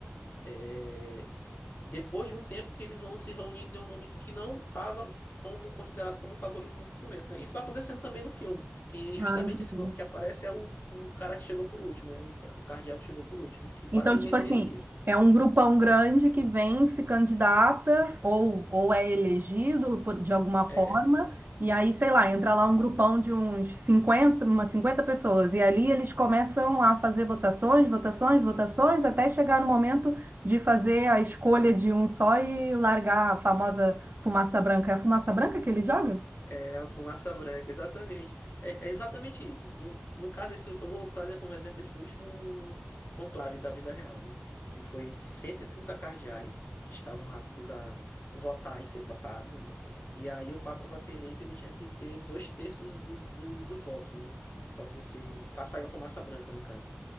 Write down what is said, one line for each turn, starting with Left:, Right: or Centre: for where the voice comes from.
Left: É, depois de um tempo que eles vão se reunir em um nome que não estava como, considerado como favorito no começo. Né? Isso vai acontecendo também no filme, que justamente
Right: Ah, entendi.
Left: esse nome que aparece é o, o cara que chegou por último, né? o, o cardíaco que chegou por último, que quase
Right: Então,
Left: ninguém
Right: tipo
Left: conhecia.
Right: assim, é um grupão grande que vem, se candidata ou, ou é elegido por- de alguma
Left: É,
Right: forma, e aí, sei lá, entra lá um grupão de uns 50 umas 50 pessoas, e ali eles começam a fazer votações, votações, votações, até chegar no momento de fazer a escolha de um só e largar a famosa fumaça branca. É a fumaça branca que ele joga?
Left: É a fumaça branca, exatamente. É, é exatamente isso. No, no caso, esse, eu vou trazer como exemplo esse último conclave da vida real, né? Que foi 130 cardeais que estavam aptos a votar e ser votados, né? E aí o Papa, para ser eleito, ele tinha que ter dois terços do- do- dos votos, né? Para ser, para sair a fumaça branca, no caso.